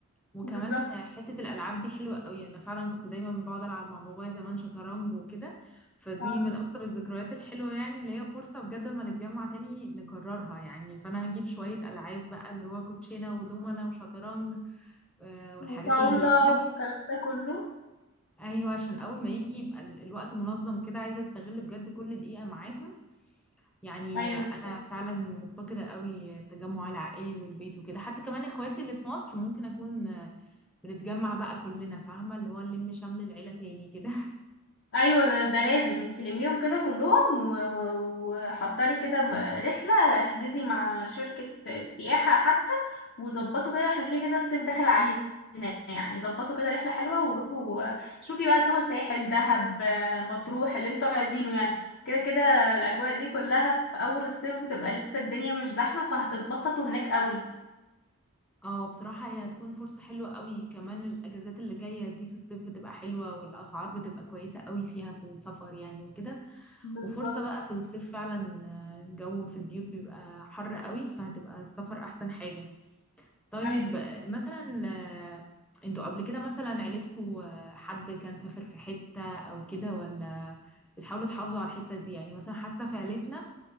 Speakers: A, in the centre; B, on the left.
A: وكمان
B: بالظبط
A: حتة الألعاب دي حلوة قوي أنا فعلا كنت دايما بقعد ألعب مع بابايا زمان شطرنج وكده فدي
B: اه
A: من أكتر الذكريات الحلوة يعني اللي هي فرصة بجد ما نتجمع تاني نكررها يعني فأنا هجيب شوية ألعاب بقى اللي هو كوتشينة ودومنة وشطرنج آه، والحاجات
B: وطاولة
A: اللي زي دي
B: والكلام
A: عشان
B: ده كله
A: أيوة عشان أول ما يجي يبقى ال- الوقت منظم كده عايزة أستغل بجد كل دقيقة معاهم يعني
B: ايوه
A: أنا فعلا مفتقدة قوي التجمع العائلي والبيت وكده حتى كمان إخواتي اللي في مصر ممكن أكون بنتجمع بقى كلنا فاهمة اللي هو نلم شمل العيلة تاني كده <laughs>
B: ايوه ده, ده لازم انتي لميهم كده كلهم و- و- وحضري كده م- رحله احجزي مع شركه سياحه حتى وظبطوا كده احنا كده كده الصيف داخل علينا يعني ظبطوا كده رحله حلوه وروحوا شوفي بقى تروحوا ساحل دهب آه، مطروح اللي انتوا عايزينه يعني كده كده الاجواء دي كلها في اول الصيف بتبقى لسه الدنيا مش زحمه فهتتبسطوا هناك قوي
A: اه بصراحة هي هتكون فرصة حلوة قوي كمان الأجازات اللي جاية دي في الصيف بتبقى حلوة والأسعار بتبقى كويسة قوي فيها في السفر يعني وكده
B: بالظبط
A: وفرصة بقى في الصيف فعلا آه، الجو في البيوت بيبقى حر قوي فهتبقى السفر أحسن حاجة طيب
B: ايوه
A: آه، مثلا آه، انتوا قبل كده مثلا عيلتكوا آه، حد كان سافر في حتة أو كده ولا بتحاولوا تحافظوا على الحتة دي يعني مثلا حاسة في عيلتنا